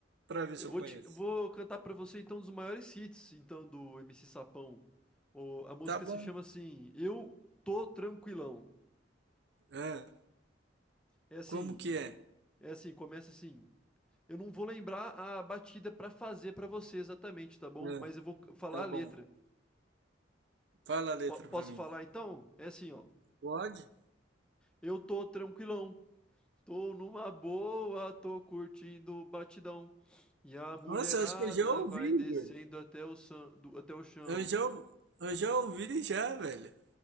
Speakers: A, on the right (about 65°); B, in the centre.
A: pra ver
B: Eu
A: se eu
B: vou,
A: conheço.
B: te, vou cantar pra você então um dos maiores hits então do MC Sapão. O- a música
A: Tá bom.
B: se chama assim, Eu Tô Tranquilão.
A: Ah,
B: É assim,
A: como que é?
B: é assim, começa assim. Eu não vou lembrar a batida pra fazer pra você exatamente, tá bom?
A: Ah,
B: Mas eu vou c- falar
A: tá
B: a
A: bom.
B: letra.
A: Fala a letra
B: Po- posso
A: pra mim.
B: falar então? É assim, ó.
A: Pode?
B: Eu tô tranquilão, Tô numa boa, tô curtindo o batidão. E a mulherada
A: Nossa, eu acho que eu já ouvi,
B: vai descendo
A: Igor.
B: até o, san- do- até o chão.
A: Eu já, ou- eu já ouvi já, velho.